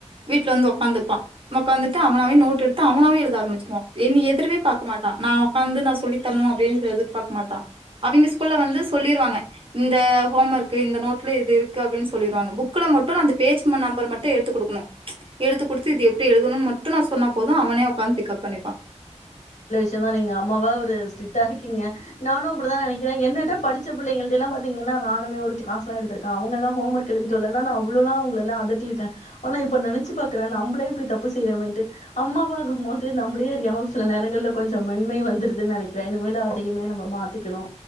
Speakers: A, on the right; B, on the left.
A: வீட்ல வந்து ஒக்காந்துப்பா ஒக்காந்துட்டு அவனாவே நோட்டு எடுத்து அவனாவே எழுத ஆரம்பிச்சிருவா என்னய எதிரே பாக்க மாட்டா நா ஒக்காந்து நா சொல்லி தரணு அப்டின்னு எதிர்பாக்க மாட்டா அவிங்க ஸ்கூல்ல வந்து சொல்லிருவாங்க இந்த ஹோம் ஒர்க்கு இந்த நோட்ல இது இருக்கு அப்டின்னு சொல்லிருவாங்க புக்ல மட்டு நா அந்த பேஜ் நம்பர் மட்டு எடுத்து குடுக்கணு ம்ச எடுத்து குடுத்து இது எப்டி எழுதணும்னு மட்டு நா சொன்னா போது அவனே ஓக்காந்து பிக்கப்பண்ணிப்பா
B: நெஜமா நீங்க அம்மாவா ஒரு ஸ்ட்ரிக்டா இருக்கீங்க நானு அப்டித நெனக்குறே என்னதுப் படிச்ச பிள்ளைங்களிட்ட எல்லா பாத்தீங்கனா நானுமே ஒரு கிளாஸ் எல்லா எடுத்திருக்கே அவங்கல்லா ஹோம் ஒர்க் எழுதிட்டுவர்லனா அவ்வோளல்லா அவுங்கள எல்லா அதட்டிருக்கே ஆனா இப்ப நெனச்சு பாக்கறே நம்பளே இப்டி தப்பு செய்யறோமேன்ட்டு அம்மாவாகும் போது வந்து நம்பளே அறியாம சில நேரங்கல்ல கொஞ்சோ மென்மை வந்துருதுன்னு நெனக்குறே இனிமேல் அதயுமே நம்ம மாத்திக்கணு